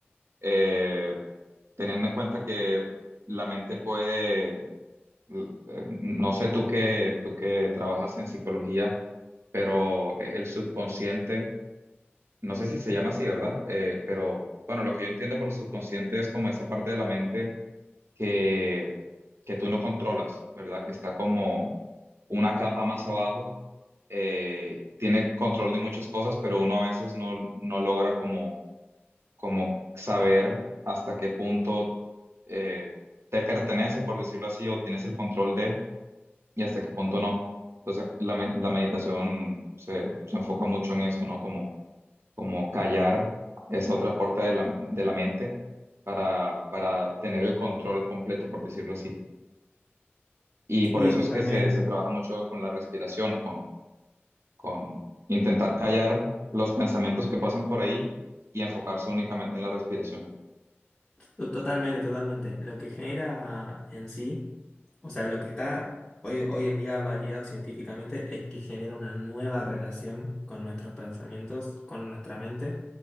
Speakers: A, on the right; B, on the left.
A: Eh, teniendo en cuenta que la mente puede, l- eh, no sé tú que, tú que trabajas en psicología, pero e, el subconsciente, no sé si se llama así, ¿verdad? Eh, pero bueno, lo que yo entiendo por subconsciente es como esa parte de la mente que, que tú no controlas, ¿verdad? Que está como una capa más abajo, eh, tiene control de muchas cosas, pero uno a veces no, no logra como como saber hasta qué punto eh, te pertenece, por decirlo así, o tienes el control de, y hasta qué punto no. Entonces, la, me- la meditación se, se enfoca mucho en eso, ¿no? Como, como callar esa otra puerta de la, de la mente para, para tener el control completo, por decirlo así. Y por
B: Sí,
A: eso
B: totalmente.
A: es que se, se trabaja mucho con la respiración, con, con intentar callar los pensamientos que pasen por ahí y enfocarse únicamente en la respiración.
B: To- Totalmente, totalmente. Lo que genera en sí, o sea, lo que está hoy, hoy en día validado científicamente es que genera una nueva relación con nuestros pensamientos, con nuestra mente